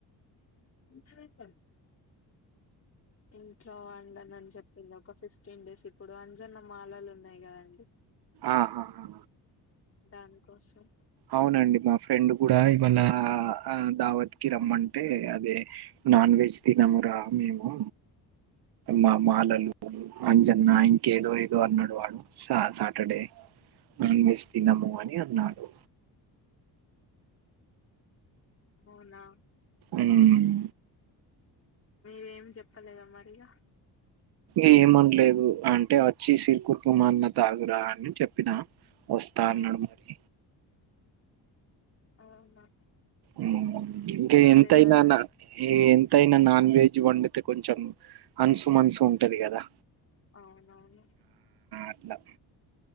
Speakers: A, on the left; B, on the right.
A: <unintelligible> ఇంట్లో వండనని చెప్పింది ఒక ఫిఫ్టీన్ డేస్ ఇప్పుడు అంజన్న మాలలు ఉన్నాయి కదండి.
B: ఆహాహా
A: దానికోసం
B: అవునండి మా ఫ్రెండ్ కూడా ఇవాళ దావత్ కి రమ్మంటే అదే నాన్ వెజ్ తినమురా మేము మా మాలలు అంజన్న ఇంకేదో ఏదో అన్నాడు వాడు సా సాటర్డే. నాన్ వెజ్ తినము అని అన్నాడు.
A: అవునా
B: ఉమ్
A: మీరేం చెప్పలేదా మరిఇగా
B: ఏంఅనలేదు అంటే వచ్చి సిరుకుర్కు మన్న తాగురా అని చెప్పినా వస్తా
A: ఆ
B: అన్నాడు మరి
A: అవునా
B: ఉమ్మ్ ఇంకా
A: రాలేదా
B: ఎంతైనానా
A: ఇగ
B: ఎంతయినా నాన్ వెజ్ ఇవండితే కొంచెం అనుసు మనసు ఉంటది కదా.
A: అవునవును
B: అట్లా.